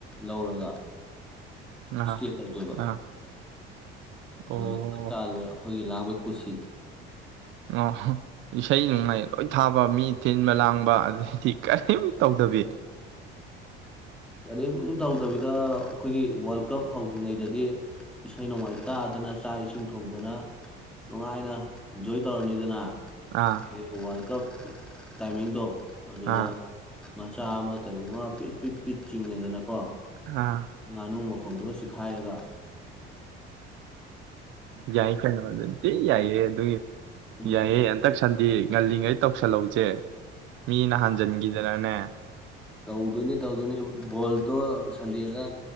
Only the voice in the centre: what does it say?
ꯂꯧꯔꯒ
ꯏꯁꯇꯦ ꯇꯧꯗꯣꯏꯕ
ꯑꯗꯨꯒ ꯆꯞ ꯆꯥꯗꯅ ꯑꯩꯈꯣꯏꯒꯤ ꯂꯥꯡꯕꯩ ꯀꯨꯁꯤ
ꯀꯔꯤꯝ ꯇꯧꯗꯕꯤꯗ ꯑꯩꯈꯣꯏꯒꯤ ꯋꯥꯔꯜ ꯀꯞ ꯍꯧꯗ꯭ꯔꯤꯉꯩꯗꯗꯤ ꯏꯁꯩ ꯅꯣꯡꯃꯥꯏ ꯇꯥꯗꯅ ꯆꯥꯛ ꯏꯁꯤꯡ ꯊꯣꯡꯗꯅ ꯅꯨꯡꯉꯥꯏꯅ ꯏꯟꯖꯣꯏ ꯇꯧꯔꯅꯤꯗꯅ
ꯑ ꯄꯤꯀꯞ ꯇꯥꯏꯃꯤꯡꯗꯣ ꯑꯗꯨꯗꯨꯗ
ꯃꯆꯥꯃ ꯀꯩ ꯄ ꯄꯤ ꯆꯤꯡꯅꯦꯗꯅ ꯀ
ꯃꯅꯨ ꯃ ꯧꯗꯨꯒ ꯆꯤꯈꯥꯏꯔꯒ
ꯎꯝ
ꯇꯧꯗꯅꯅꯤ ꯇꯧꯗꯅꯅꯤꯣ ꯑꯗꯣ ꯁꯟꯗꯦꯗ